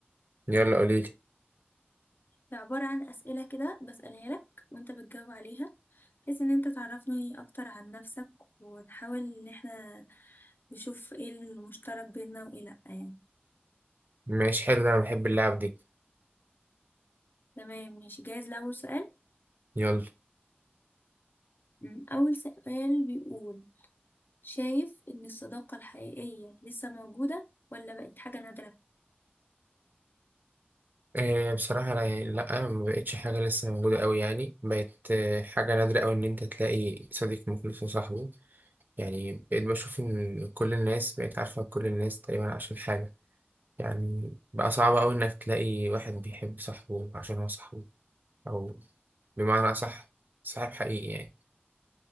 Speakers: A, on the right (about 50°); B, on the left (about 55°).
A: يلا قوليلي
B: هي عبارة عن اسئلة كده بسألها لك وانت بتجاوب عليها بحيث ان انت تعرفني اكتر عن نفسك ونحاول ان احنا نشوف ايه المشترك بيننا وايه لا يعني
A: ماشي حلو ده انا بحب اللعب دي
B: تمام ماشي جاهز لأول سؤال
A: يلا
B: مم، اول سؤال بيقول شايف ان الصداقة الحقيقية لسه موجودة ولا بقت حاجة نادرة
A: إيه بصراحة انا يعني لا ما بقتش حاجة لسه موجودة قوي يعني بقت آه، حاجة نادرة قوي ان انت تلاقي صديق مخلص وصاحبه يعني بقيت بشوف ان كل الناس بقت عارفة كل الناس تقريبا عشان حاجة يعني بقى صعب قوي انك تلاقي واحد بيحب صاحبه عشان هو صاحبه او بمعنى اصح صاحب حقيقي يعني